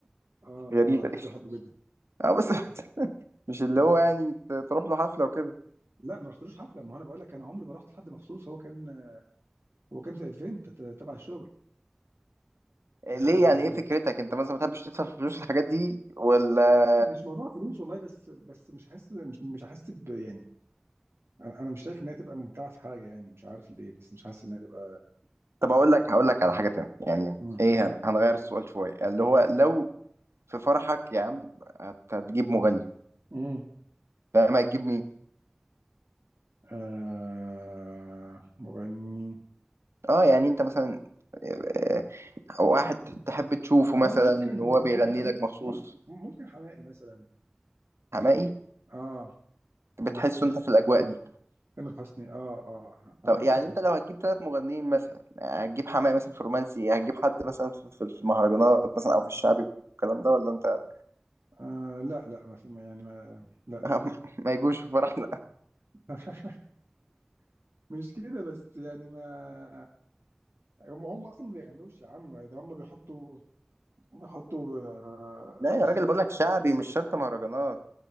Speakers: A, on the right; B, on the right.
A: اه
B: <laughs> غريبة
A: على فكرة
B: دي
A: بحبه جدا
B: اه بس <laughs> مش اللي هو يعني ت- تروح له حفلة وكده
A: لا ما رحتلوش حفلة ما هو انا بقول لك انا عمري ما رحت لحد مخصوص هو كان هو كان في ايفنت ت- تبع الشغل آه
B: آه، ليه يعني ايه فكرتك انت مثلا ما بتحبش تدفع فلوس الحاجات دي ولا
A: مش موضوع فلوس والله بس بس مش حاسس مش, مش حاسس ب يعني انا أنا مش شايف ان هي تبقى ممتعة في حاجة يعني مش عارف ليه بس مش حاسس ان هي تبقى
B: طب اقول لك هقول لك على حاجة تانية يعني
A: مم.
B: ايه هن- هنغير السؤال شوية اللي هو لو في فرحك يا عم هت- هتجيب مغني
A: مم.
B: لا ما هتجيب مين
A: آه مغني
B: اه يعني انت مثلا آه، آه، واحد تحب تشوفه
A: اه
B: مثلا
A: ممكن
B: وهو بيغني
A: ممكن
B: لك مخصوص
A: مم- ممكن حماقي مثلا
B: حماقي
A: اه حماقي
B: بتحسه
A: تامر
B: انت في الاجواء
A: تامر
B: دي
A: تامر حسني اه اه حماقي
B: طب
A: وتامر
B: يعني
A: حسني
B: انت لو هتجيب ثلاث مغنيين مثلا هتجيب حماقي مثلا في الرومانسي هتجيب حد مثلا في في- في المهرجانات مثلا او في الشعبي والكلام ده ولا انت
A: آه لا لا ما في ما يعني ما لا
B: <laughs> ما يجوش في فرحنا
A: <laughs> مش كده بس يعني ما هم هم اصلا ما بيغنوش يا عم ده هم بيحطوا بيحطوا آه،
B: لا
A: بيشغلوا
B: يا راجل بقول لك شعبي مش شرط مهرجانات